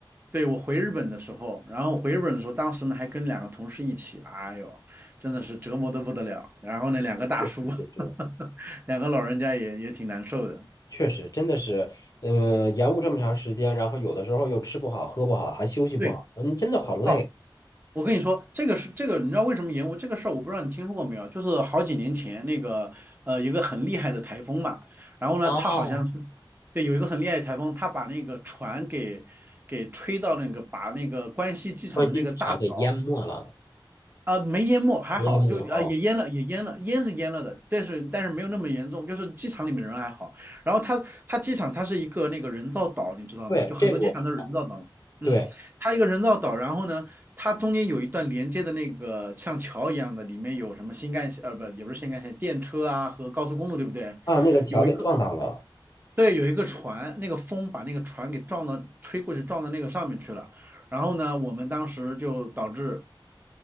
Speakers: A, on the right (about 25°); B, on the left (about 45°).
A: 对我回日本的时候，然后回日本的时候，当时呢还跟两个同事一起，哎呦，真的是折磨的不得了。然后呢，两个大叔，
B: 就是。
A: <laughs> 两个老人家也也挺难受的。
B: 确实，真的是，呃，延误这么长时间，然后有的时候又吃不好、喝不好，还休息不好，
A: 对，
B: 嗯，真的好累。
A: 哦，我跟你说，这个是这个，你知道为什么延误这个事儿？我不知道你听说过没有，就是好几年前那个呃，有一个很厉害的台风嘛，然后呢，
B: 哦，
A: 它好像是对有一个很厉害的台风，它把那个船给给吹到那个把那个关西机场的那个大桥。
B: 关西机场给淹没了，
A: 啊，没淹没，还好，
B: 淹没了哦。
A: 就啊也淹了，也淹了，淹是淹了的，但是但是没有那么严重，就是机场里面人还好。然后它它机场它是一个那个人造岛，你知道吗？
B: 对，
A: 就很多机场都是人造岛，
B: 这个我知道。
A: 嗯，
B: 对
A: 它一个人造岛，然后呢，它中间有一段连接的那个像桥一样的，里面有什么新干线，呃，不，也不是新干线，电车啊和高速公路，对不对？
B: 啊，那个桥给撞到了。
A: 有一个对，有一个船，那个风把那个船给撞到，吹过去撞到那个上面去了。然后呢，我们当时就导致。